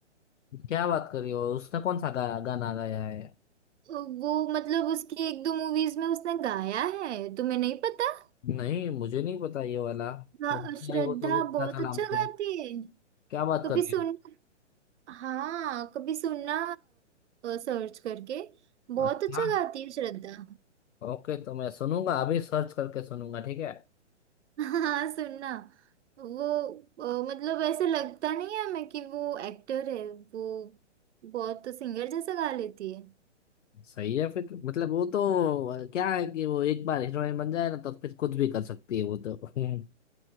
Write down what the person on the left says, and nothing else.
क्या बात कर रही हो उसने कौन सा गा, गाना गाया है
नहीं मुझे नहीं पता ये वाला
तो बता
रही हो तो भी पता
चला
मुझे
क्या बात
कर रही
हो
अच्छा
ओके तो मैं सुनूंगा अभी सर्च करके सुनूंगा ठीक है
सही है फिर मतलब वो तो अ, क्या है कि वो एक बार हीरोइन बन जाए ना तो फिर कुछ भी कर सकती है वो तो <laughs>